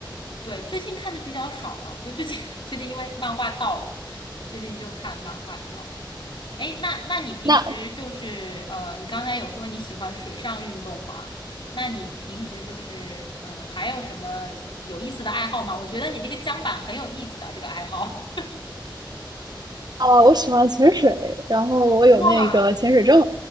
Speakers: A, on the left; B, on the right.
A: 对，最近看的比较少了，对，最近 <laughs> 最近因为漫画到了，最近就看漫画比较。哎，那那你平时就是呃，
B: 那
A: 你刚才有说你喜欢水上运动吗？那你平时就是嗯、呃还有什么有意思的爱好吗？我觉得你那个桨板很有意思啊，这个爱好。<laughs>
B: 哦，我喜欢潜水，然后我有那个潜水证，
A: 哇